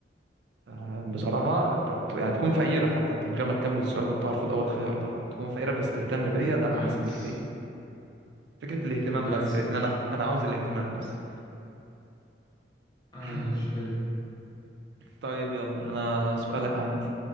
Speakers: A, on the right (about 75°); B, on the left (about 25°).
A: آه، بصراحة ت- ت- يعني تكون فقيرة حتى أنت من غير ما تكمل السؤال كنت هرفض أول خيار طبعا تكون فقيرة بس تهتم بيا ده الأحسن
B: برنس
A: بكتير فكرة الاهتمام
B: برنس
A: بس يعني
B: يا باشا
A: أنا أنا عاوز الاهتمام بس
B: آه
A: <clears throat>
B: حلو
A: طيب يلا أنا سؤالك عندي